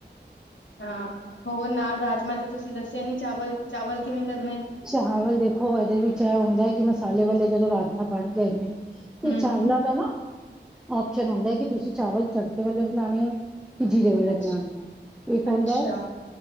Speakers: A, on the left; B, in the centre.
A: ਹਾਂ ਹੋਰ ਨਾਲ ਰਾਜਮਾਂ ਦੇ ਤੁਸੀਂ ਦੱਸੇ ਨੀ ਚਾਵਲ ਚਾਵਲ ਕਿਵੇਂ ਕਦੇ
B: ਚਾਵਲ ਦੇਖੋ ਇਹਦੇ ਵਿੱਚ ਇਹ ਹੁੰਦਾ ਕਿ ਮਸਾਲੇ ਵਾਲੇ ਜਦੋਂ ਰਾਜਮਾਂ ਬਣ ਗਏ ਨੇ ਤੇ
A: ਹੂੰ।
B: ਚਾਵਲਾਂ ਦਾ ਨਾ ਆਪਓਸ਼ਨ ਹੁੰਦਾ ਕਿ ਤੁਸੀਂ ਚਾਵਲ ਤੜਕੇ ਵਾਲੇੇ ਬਣਾਉਣੇ ਆ। ਕਿ ਜੀਰੇ ਵੇਲੇ
A: ਅੱਛਾ।
B: ਬਣਾਉਣੇ ਆ ਇੱਕ ਹੁੰਦਾ
A: ਅੱਛਾ